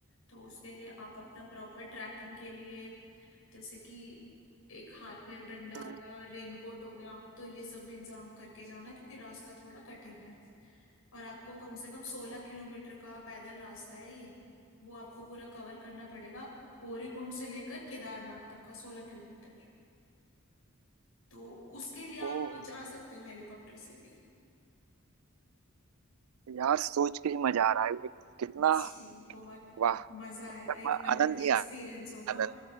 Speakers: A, on the left (about 75°); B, on the right (about 80°).
A: तो उसके लिए आप अपना प्रॉपर ट्रैकिंग के लिए जैसे कि एक हाथ में डंडा
B: हम्म।
A: हो गया रेनकोट हो गया तो ये सब भी इंतजाम करके जाना क्योंकि रास्ता थोड़ा कठिन है और आपको कम से कम सोलह किलोमीटर का पैदल रास्ता है ये वो आपको पूरा कवर करना पड़ेगा गौरीकुंड से लेकर केदारनाथ तक का सोलह किलोमीटर तो उसके लिए आप
B: ओह
A: जा सकते हो हेलीकॉप्टर से भी
B: यार सोच के ही मजा आ रहा है कितना
A: जी बहुत
B: वाह
A: मजा आएगा
B: मतलब
A: एक
B: आनंद
A: अलग ही एक्सपीरियंस
B: ही आनंद
A: होगा